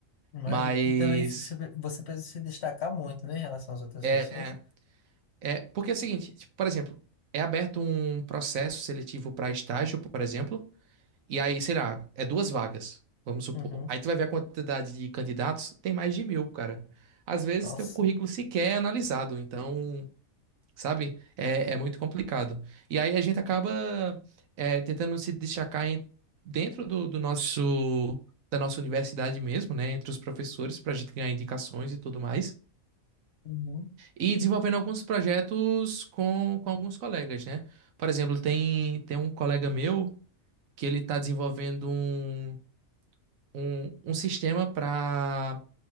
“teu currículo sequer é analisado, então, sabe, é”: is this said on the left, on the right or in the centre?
Right